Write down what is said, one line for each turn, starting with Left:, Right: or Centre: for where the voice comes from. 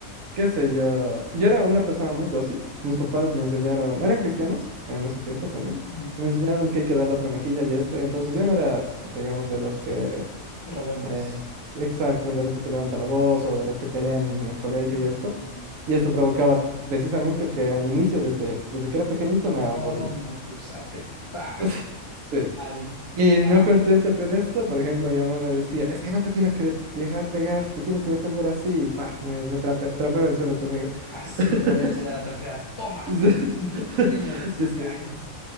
Right: qué sé yo. Yo era una persona muy dócil. Mis papás me enseñaron, eran cristianos en esos tiempos también,
Left: mm.
Right: y me enseñaron que hay que dar la otra mejilla y esto. Y entonces yo no era, digamos, de los que
Left: Rebeldes.
Right: eh, exacto, de los que te levanta la voz o de los que pelean en el colegio
Left: Mm,
Right: y esto. Y esto provocaba precisamente que al inicio, desde, desde que era pequeñito,
Left: toma
Right: me hagan bullying.
Left: tu zape paj.
Right: <laughs> Sí.
Left: Ay,
Right: Y no
Left: no.
Right: contento con esto, por ejemplo, mi mamá me decía, es que no te tienes que de- dejar pegar, te tienes que defender así, y paf, me, me trape- trapeaba el suelo conmigo.
Left: Así
Right: <laughs>
Left: te voy a enseñar a trapear. Toma.
Right: Sí, <laughs>
Left: <laughs> Niños de siete
Right: sí, sí.
Left: años.